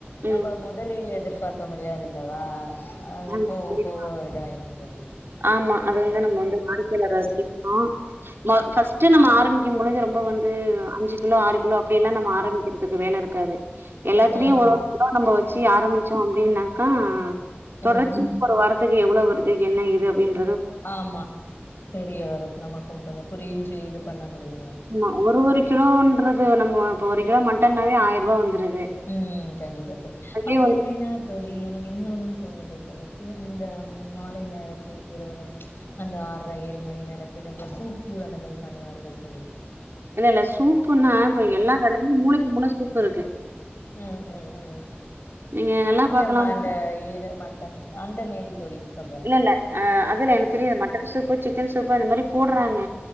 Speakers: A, on the left; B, on the right.
A: நம்ம
B: ம்
A: மொதலில் எதிர்பார்க்க முடியாதுயில்லவா அ
B: ஆமா
A: போவோ
B: கண்டிப்பா
A: போவோ இதாயிடும் தோழி
B: ஆமா அத வந்து நம்மோ வந்து வாடிக்கையாளறே சந்திக்கணு ம ஃபர்ஸ்ட்டு நம்ம ஆரம்பிக்கும் பொழுது ரொம்ப வந்து அஞ்சு கிலோ ஆறு கிலோ அப்டியெல்லா நம்ம ஆரம்பிக்க கறத்துக்கு வேலருக்காது எல்லாத்திலையு
A: ம்
B: ஒரு
A: ம்
B: ஒரு கிலோ நம்ம வச்சு ஆரம்பிச்சோ அப்டினாக்கா தொடர்ச்சி
A: ம்
B: கொரு வாரத்துக்கு எவ்ளோவு வருது என்ன ஏது அப்டின்
A: ஆமா தெரிய வரும் நமக்கு கொஞ்சோ புரிஞ்சு இது பண்ண முடியு
B: ஆமா ஒரு ஒரு கிலோன்றது நம்ம இப்ப ஒரு கிலோ மட்டன்னாவே ஆயிரூபாய் வந்துருது
A: ம் கண்டிப்பா தோழி
B: அதுவே
A: அப்டி
B: வந்து
A: இல்லேன்னா தோழி எனக்கு இன்னொன்னு தோணுது தோழி இந்த மால நேரத்தில் <unintelligible> அந்த ஆர்ற ஏழு மணி நேரத்தில் இந்த சூப்பு அந்த மாரி பண்ணுவார்கள் தோழி
B: இல்ல இல்ல சூப்புன்னா இப்ப எல்லாதடத்திலேயு மூளைக்கு மூள சூப்புருக்கு
A: ம் ம் ம்
B: நீங்க நல்லா
A: இல்ல
B: பாக்கலாம்
A: மா அந்த இரவ் மா தஞ்சு அந்த மேரி தோழி சொல்றே
B: இல்லேல்ல ஆ அதுல எனக்கு தெரியாது மட்டன் சூப்பு சிக்கன் சூப்பு அந்த மாரி போடுறாங்க